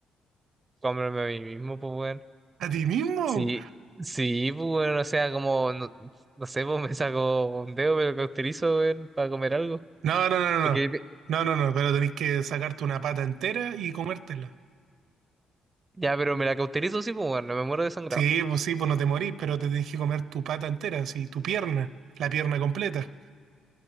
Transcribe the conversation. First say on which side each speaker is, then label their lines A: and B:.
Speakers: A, on the right; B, on the right.
A: cómprame a mí mismo, pues, weón.
B: ¿A ti mismo?
A: Sí, sí, pues, weón, o sea, como, no, no sé, pues, me saco un dedo, me lo cauterizo, weón, para comer algo.
B: No, no, no, no.
A: Porque,
B: No, no, no, no, pero tenés que sacarte una pata entera y comértela.
A: ya, pero me la cauterizo, sí, pues, weón, no me muero de sangrado.
B: Sí, pues sí, pues no te morís, pero te tenés que comer tu pata entera, sí, tu pierna, la pierna completa.